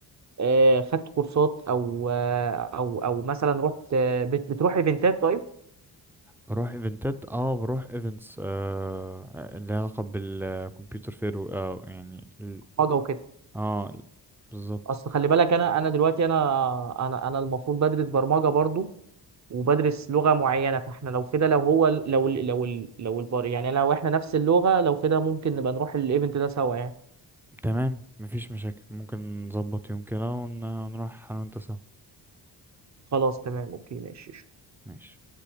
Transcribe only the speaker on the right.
آه، خدت كورسات او آه، او او مثلا رحت آه، بت- بتروح ايفنتات طيب
برمجه وكده
اصل خلي بالك انا انا دلوقتي انا انا انا المفروض بدرس برمجه برضو وبدرس لغة معينة فاحنا لو كده لو هو لو ال- لو ال- لو الفار يعني لو احنا نفس اللغة لو كده ممكن نبقى نروح الايفنت ده سوا يعني
خلاص تمام اوكي ماشي